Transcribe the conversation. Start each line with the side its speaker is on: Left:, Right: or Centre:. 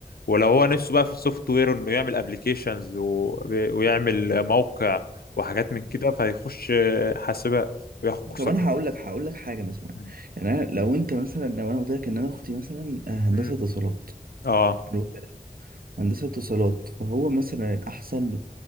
Left: ولو هو نفسه بقى في السوفت وير انه يعمل ابلكيشنز و... ويعمل موقع وحاجات من كده فيخش حاسبات وياخد كورسات
Right: طب انا
Left: جنبها
Right: هقول لك هقول لك حاجه مثلا
Left: مم.
Right: يعني انا لو انت مثلا لو انا قلت لك ان انا اختي مثلا هندسه
Left: مم.
Right: اتصالات
Left: اه
Right: حلو كده هندسه اتصالات فهو مثلا الاحسن